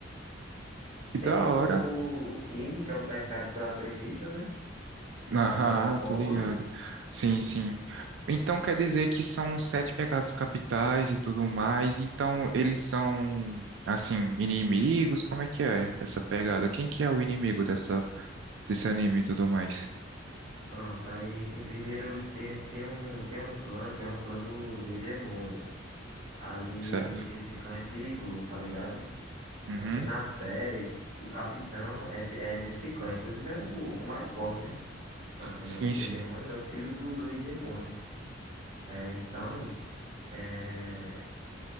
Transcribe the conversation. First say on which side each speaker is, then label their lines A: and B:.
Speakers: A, on the right; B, on the right.
A: Que
B: Tem
A: da
B: o,
A: hora.
B: o, o King, que é o pecado da preguiça, né?
A: Ah,
B: Da melhor forma.
A: tô ligado. Sim, sim. Então quer dizer que são sete pecados capitais e tudo mais. Então eles são, assim, inimigos? Como é que é essa pegada? Quem que é o inimigo dessa, desse anime e tudo mais?
B: Pronto, aí tem primeiro, os- tem, tem um, tem um clã, que é um clã do, dos demônios. Aí
A: Certo.
B: meio que esse clã é perigoso, tá ligado? Só
A: Uhum.
B: que na série, o capitão é, de- é desse clã, inclusive é o, o mais forte, né? Assim,
A: Sim,
B: do, dos
A: sim.
B: demônios, é o filho do, do rei demônio. É, então... É...